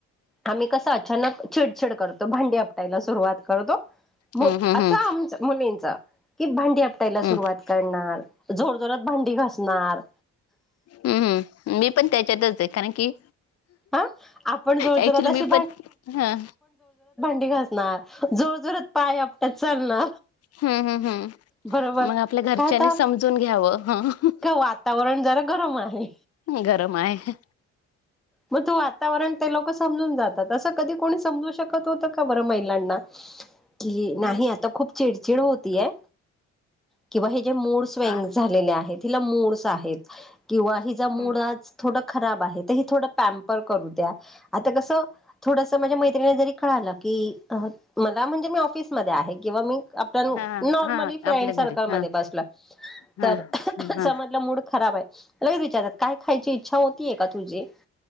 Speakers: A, in the centre; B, on the left.
A: आम्ही कस अचानक चिडचिड करतो भांडी आपटायला सुरुवात करतो
B: हम्म
A: मग
B: हम्म हम्म
A: असं आमच मुलींच की भांडी आपटायला
B: हम्म हम्म
A: सुरुवात करणार जोर जोरात भांडी घासणार
B: हम्म मी पण त्याच्यातचय कारण की
A: हा आपण जोरजोरात
B: ऍक्चुली
A: अशी
B: मी पण ह
A: ती घासणार जोर जोरात पाय आपटात चालण
B: हम्म हम्म हम्म
A: बरोबर
B: मग आपल्या
A: काय
B: घरच्यानी
A: आता
B: समजून घ्यावं ह
A: का वातावरण जरा गरम आहे.
B: गरम आहे.
A: मग तो आता वातावरण ते लोक समजून जात तं कधी कोणी समजू शकत होत का बर महिलांना कि
B: हम्म
A: नाही आता खूप चिडचिड होत ती ये- किंवा हे जे मूडस स्वॅग
B: आ
A: झालेले आहेत. तिला मुर्स आहेत. किंवा हिचा
B: हम्म
A: मूड आज थोडं खराब आहे. दही थोडं स्टॅम्पर करू द्या आता कस थोडस माझ्या मैत्रिणीला जरी कळलं की मला म्हणजे मी ऑफिसमध्ये आहे किंवा मी आपण
B: हा
A: नॉर्मली
B: हा
A: फ्रेंड
B: आपल्या घरी
A: सर्कल मध्ये
B: हा
A: बसला
B: हा
A: तर
B: हा
A: समजलं मूड खराब आहे. लगे विचारात काय खायची इच्छा होतीये का तुझी